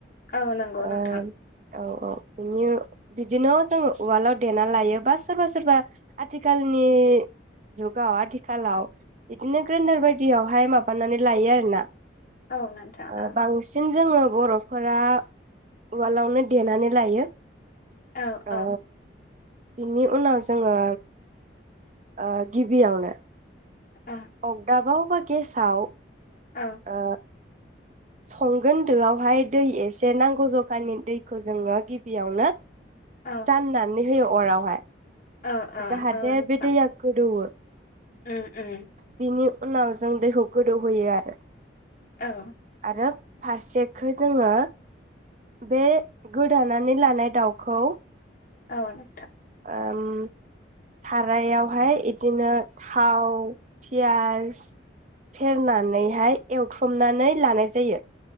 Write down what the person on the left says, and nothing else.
औ नंगौ
नोंथां
औ नोंथां
औ
औ
औ
औ
औ
औ
औ औ
औ नोंथां
उम उम
औ
औ नोंथां